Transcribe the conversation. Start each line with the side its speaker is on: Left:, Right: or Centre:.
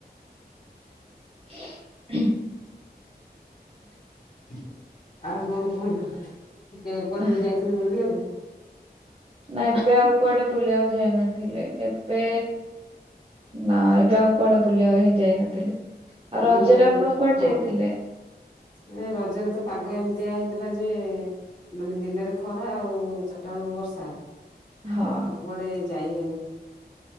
Right: ହୁଁ।
Left: <unintelligible> ଆଉ କଣ କୁହନ୍ତୁ ଟିକେ କୁଆଡକୁ
Right: କହ
Left: ଯାଇଛନ୍ତି ବୁଲିବାକୁ
Right: ନା ଏବେ ଆଉ କୁଆଡେ ବୁଲିବାକୁ ଯାଇନଥିଲେ ଏବେ ନା ଏବେ ଆଉ କୁଆଡେ ବୁଲିବା ପାଇଁ ଯାଇନଥିଲି। ଆଉ
Left: ଏଇ
Right: ରଜରେ
Left: ଯୋଉ
Right: ଆପଣ କୁଆଡେ
Left: ହଁ
Right: ଯାଇଥିଲେ?
Left: ମାନେ ରଜରେ ତ ପାଗ ଏମିତିଆ ହେଇ ଥିଲା ଯେ ମାନେ ଦିନେରେ ଖରା ଆଉ ଚାରଟା ବେଳକୁ ବର୍ଷା
Right: ହଁ
Left: ଆଉ କୁଆଡେ ଯାଇ ହେଇନି।